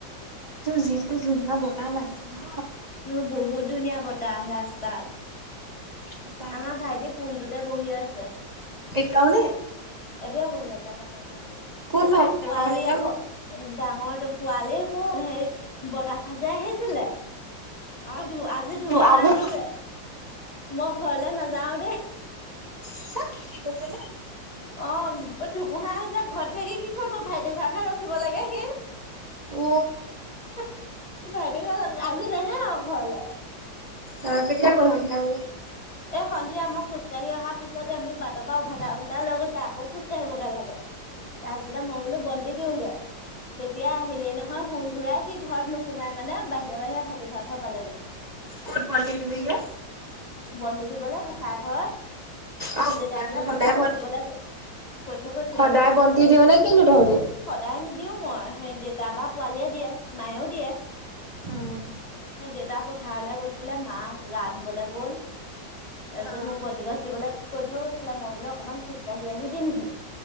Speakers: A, on the right (about 70°); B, on the left (about 20°).
A: জিটো ধুনীয়া বতাহ লাইছে নহয়
B: উ বহুত ধুনীয়া বতাহ ৰাস্তাত
A: সঁচাকে
B: আমাৰ ভাইটি পুলটোতে বহি আছে।
A: এতিওনে?
B: এতিয়াও পঢ়ি <unintelligible> বলটোত
A: কোন ভাইটি
B: পোৱালি
A: ডাঙৰ ভাইটি
B: আকৌ
A: নে সৰু?
B: ডাঙৰ তটো পোৱালেই শুন হেৰি বতাহ যে আহিছিলে অ ধু আজি ধুমুহা
A: আজি
B: আহিছে মই ঘৰলে নাযাও দেই
A: <unintelligible> সি কছে নে?
B: অ ধুমুহা আহিছে ঘৰত থাকি কি কৰিব ভাইটি ঘৰ <unintelligible> ৰখিব লাগে সি
A: উ,,
B: <unintelligible> আজি নাহে আৰু ঘৰলে
A: অ কেতিয়া গ'ল হয়
B: এই সন্ধিয়া মই খোজ ককাঢ়ি অহাৰ পিছতে মোক বাটৰ পৰা উভতাই উভতাই লৈ গৈছে আকৌ খোজকাঢ়িব গে লাগে তাৰপিছতে মই বোলো বন্তি দিওঁগে তেতিয়া আহিলেই নহয় হুৰ হুৰাই সি ঘৰত নোসোমাই মানে বাহিৰে বাহিৰে ভাইটি <unintelligible> ঘৰ পালেগে।
A: ক'ত বন্তি দিলিগে?
B: বন্তি দিবলৈ গোঁসাই ঘৰত,
A: অ গোসাঁই
B: দেতা মানে
A: ঘৰ সদায়
B: বন্তি গছ
A: গ'ল
B: দিবলৈ। কৈ থৈ গৈছিলে,
A: সদায় বন্তি দিয় নে কিনো তহঁতি
B: সদায় নিদিও মই। সেই দেউতা বা পোৱালিয় দিয়ে মায়েও দিয়ে।
A: উম
B: সেই দেউতা পথাৰলৈ গৈছিলে, মা গা ধুবলৈ গ'ল। তাৰপিছত
A: অ
B: মোক বন্তি গছ দিবলৈ কৈ থৈ গৈছিলে, মই বোলো অকনমান খোজকাঢ়ি আহি দিমহি।